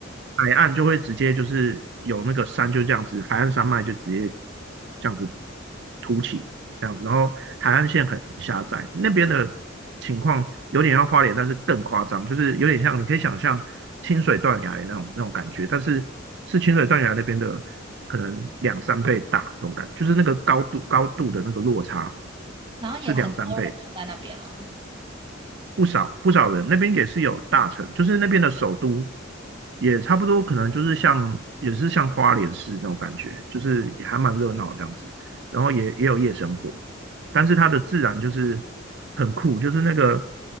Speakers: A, on the right; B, on the right.
A: 海岸就会直接就是有那个山就这样子，海岸山脉就直接这样子凸起这样子，然后海岸线很狭窄，那边的情况有点像花莲，但是更夸张，就是有点像你可以想象清水断崖那种那种感觉，但是是清水断崖那边的。可能两三倍大，这种感觉，就是那个高度高度的那个落差
B: 然后也很多人住在那边吗？
A: 是两三倍，不少不少人那边也是有大城，就是那边的首都也差不多，可能就是像也是像花莲市那种感觉，就是也还蛮热闹这样子，然后也也有夜生活，但是它的自然就是很酷，就是那个